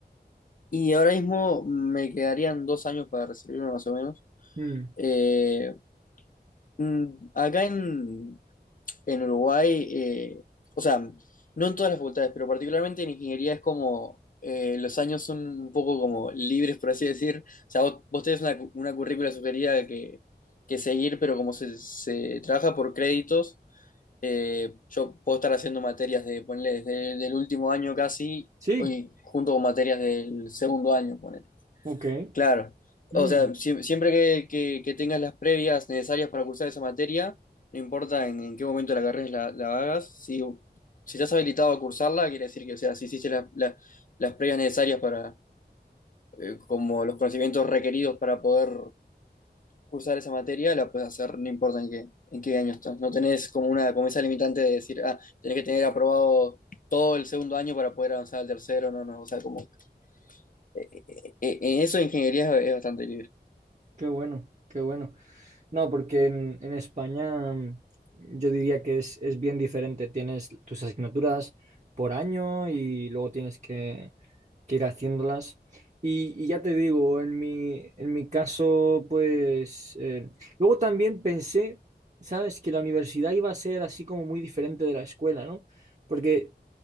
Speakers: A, on the left; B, on the right.
A: Y ahora mismo me quedarían dos años para recibirme más o menos.
B: Mm.
A: Eh, mm, acá en, en Uruguay, eh, o sea, no en todas las facultades, pero particularmente en ingeniería es como eh, los años son un poco como libres, por así decir. O sea, vos, vos tenés una, cu- una currícula sugerida que, que seguir, pero como se, se trabaja por créditos, eh, yo puedo estar haciendo materias de, ponle, desde el último año casi,
B: Sí,
A: hoy junto con materias del segundo año, ponele.
B: ok.
A: Claro,
B: Mm.
A: o sea, siem- siempre que, que- que tengas las previas necesarias para cursar esa materia, no importa en, en qué momento de la carrera la, la hagas, si, si estás habilitado a cursarla, quiere decir que, o sea, si hiciste la- la- las previas necesarias para, eh, como los conocimientos requeridos para poder cursar esa materia, la puedes hacer, no importa en qué, en qué año estás. No tenés como una, como esa limitante de decir, ah, tenés que tener aprobado todo el segundo año para poder avanzar al tercero, no, no, o sea, como, eh, eh, eh, en eso ingeniería es es bastante libre.
B: Qué bueno, qué bueno. No, porque en, en España mm, yo diría que es, es bien diferente. Tienes tus asignaturas por año y luego tienes que, que ir haciéndolas. Y, y ya te digo, en mi, en mi caso, pues... eh, luego también pensé, ¿sabes? Que la universidad iba a ser así como muy diferente de la escuela, ¿no? Porque